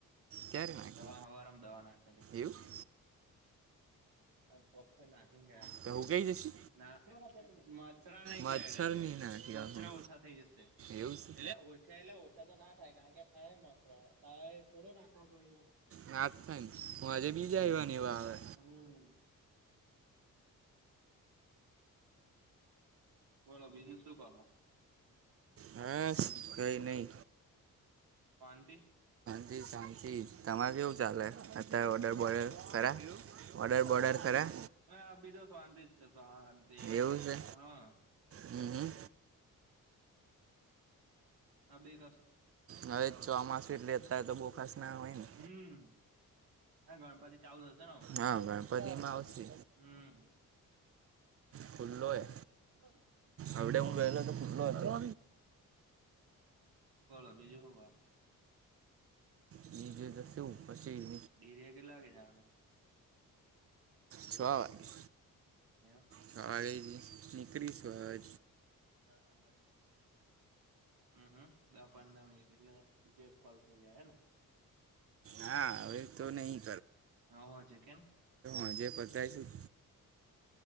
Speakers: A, on the right (about 40°); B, on the right (about 85°).
A: ક્યારે નાખી
B: દવા હવારમ દવા નાખે
A: એવું
B: અ પપ ના
A: તો હું કઈ જશે
B: મચ્રા નઈ
A: મચ્છર
B: કે
A: નહીં નાખી
B: મચ્રા
A: આખું
B: ઓછા થઈ થ જશે
A: એવું છે
B: એટલે ઓછા એટલે ઓછા તો ના થાય કારણ કે આ મરો થોડો ના ખાતો છ
A: ના જ થાય ને
B: પરીક્ષ
A: હું આજે બીજા આવ્યા
B: એવા
A: ને આવે
B: હમ બોલો બીજું શું કર
A: હા કઈ નઈ
B: પાનચ
A: શાંતિ તમારે કેવું ચાલે અત્યારે ઓર્ડર બોલ ખરા ઓર્ડર બર્ડર કરરા
B: હ બીજા શાંતિ જ છે શાંતિ
A: એવું છે
B: હા
A: હમ હમ.
B: હ બે ક
A: હવે ચોમાસુંટ લેતા હો તો બો ખાસ ના હોય ને
B: હમ હા ગણપતિ ચાલુ થશે ને
A: હા ગણપતિમાં આવશે
B: હમ
A: ખુલ્લો એ
B: હ
A: આડ હું વલો તો પુટલો હતો
B: કોલો બીજી હોવા
A: બીજું તો શું પછી
B: ડેરિયા કેટલાાગે જવાનું
A: છ વાગે
B: એવું
A: છ વાગે નીકળ છ વાે
B: પંદ મ હ હમ પંદર મિનિટ એટલે બીજે કોલ થઇ જાય હને
A: હા હવે તો નહી
B: હ હોવા છે કેમ
A: હજ પતાયશું